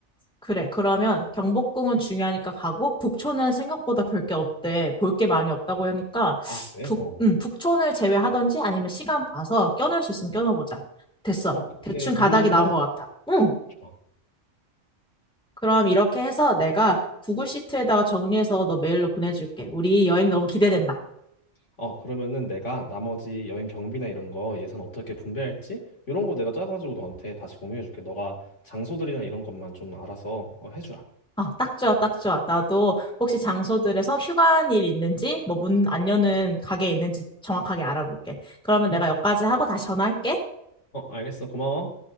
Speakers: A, in the centre; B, on the left.
A: 그래, 그러면 경복궁은 중요하니까 가고, 북촌은 생각보다 볼 게 없대. 볼 게 많이 없다고 하니까,
B: 아, 그래?
A: 북,
B: 어.
A: 음, 북촌을 제외하던지 아니면 시간 봐서 껴넣을 수 있으면 껴넣어보자. 됐어.
B: 어, 그때
A: 대충 가닥이
B: 이동하는
A: 나온 것
B: 거
A: 같아. 응.
B: 좋아.
A: 그럼 이렇게 해서 내가 구글 시트에다가 정리해서 너 메일로 보내줄게. 우리 여행 너무 기대된다.
B: 어, 그러면은 내가 나머지 여행 경비나 이런 거 예산 어떻게 분배할지 이런 거 내가 짜가지고 너한테 다시 공유해줄게. 너가 장소들이나 이런 것만 좀 알아서 어, 해주라.
A: 아, 딱 좋아, 딱 좋아. 나도 혹시 장소들에서 휴관일 있는지, 뭐 문 안 여는 가게 있는지 정확하게 알아볼게. 그러면 내가
B: 응?
A: 여기까지 하고 다시 전화할게.
B: 어, 알겠어. 고마워.